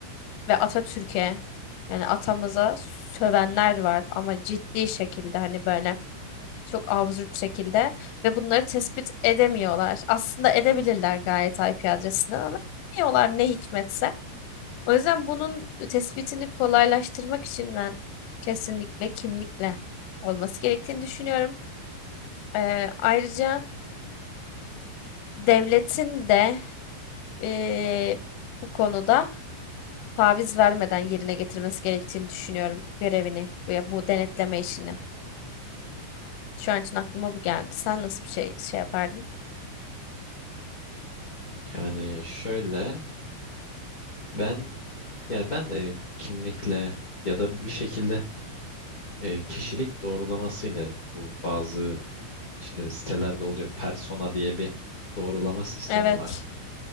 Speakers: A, on the left (about 75°); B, on the left (about 30°).
A: ve Atatürk'e yani atamıza sövenler var ama ciddi şekilde hani böyle. Çok absürt şekilde ve bunları tespit edemiyorlar. Aslında edebilirler gayet IP adresinden ama edemiyorlar ne hikmetse. O yüzden bunun tespitini kolaylaştırmak için ben kesinlikle kimlikle olması gerektiğini düşünüyorum. Ee, ayrıca devletin de ee, bu konuda taviz vermeden yerine getirmesi gerektiğini düşünüyorum görevini veya bu denetleme işini. Şu an için aklıma bu geldi. Sen nasıl bir şey şey yapardın?
B: Yani şöyle ben yani ben de kimlikle ya da bir şekilde e, kişilik doğrulamasıyla bu bazı işte sitelerde oluyor persona diye bir doğrulama sistemi
A: Evet,
B: var.